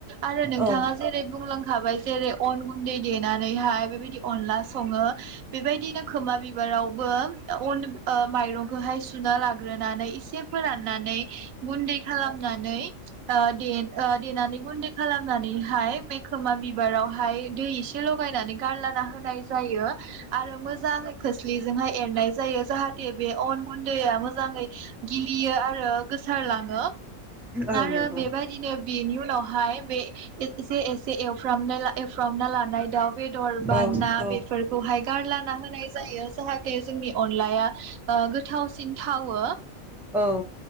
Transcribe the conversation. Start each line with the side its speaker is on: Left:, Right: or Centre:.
Right: आरो नोंथांङा
Centre: औ
Right: जेरै बुंलां हाबाय जेरै अन गुन्दै देनानैहाय बेबायदि अनला सङो बेबायदिनो खोमा बिबारावबो अन ओ माइरंखौहाय सुना लाग्रोनानै इसे फोराननानै गुन्दै खालामनानै ओ दे-देनानै गुन्दै खालाम नानैहाय बे खोमा बिबारावहाय दै एसे लगायनानै गारलाना होनाय जायो । आरो मोजाङै खोस्लि जोंहाय एरनाय जायो जाहाथे बे अन गुन्दैआ मोजाङै गिलियो आरो गोसारलाङो
Centre: औ
Right: आरो
Centre: नंगौ
Right: बेबायदिनो बेनि उनाव हाय बे एसे एसे एवफ्रामना एवफ्रामना लानाय दाउ बेदर बा
Centre: औ
Right: ना
Centre: औ
Right: बेफोरखौहाय गारला ना होनाय जायो जाहाथे जोंनि अनलाया गोथावसिन थावो
Centre: औ